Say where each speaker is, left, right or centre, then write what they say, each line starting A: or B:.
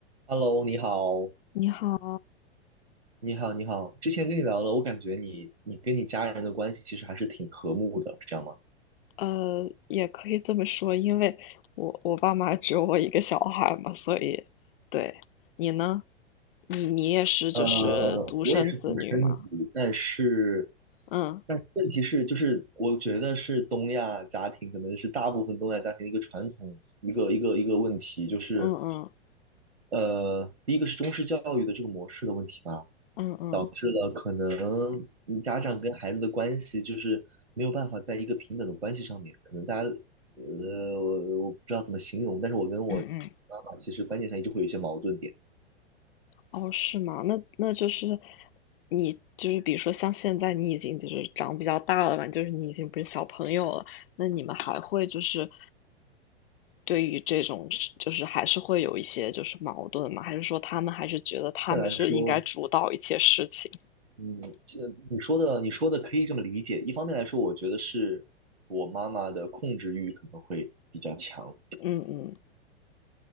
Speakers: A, on the right; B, on the left.
A: Hello，你好，
B: 你好，
A: 你好，你好。之前跟你聊了，我感觉你你跟你家人的关系其实还是挺和睦的，是这样吗？
B: 呃，也可以这么说，因为我我爸妈只有我一个小孩嘛，所以，对，你呢？你你也是就是独生子女嘛？
A: 呃，我也是独生子，但是，
B: 嗯
A: 但是问题是，就是我觉得是东亚家庭，可能是大部分东亚家庭的一个传统，一个一个一个问题，就是，
B: 嗯嗯
A: 呃，第一个是中式教育的这个模式的问题吧。
B: 嗯嗯嗯
A: 导致了可能嗯家长跟孩子的关系就是没有办法在一个平等的关系上面，可能大家呃，我我不知道怎么形容，但是我跟我
B: 嗯嗯。
A: 妈妈其实观念上一直会有一些矛盾点。
B: 哦，是吗？那那就是你就是比如说像现在你已经就是长比较大了嘛，就是你已经不是小朋友了，那你们还会就是对于这种事就是还是会有一些就是矛盾吗？还是说他们还是觉得他们是应该主导一切事情？
A: 一方面来说，嗯，这你说的你说的可以这么理解。一方面来说，我觉得是我妈妈的控制欲可能会比较强，
B: 嗯嗯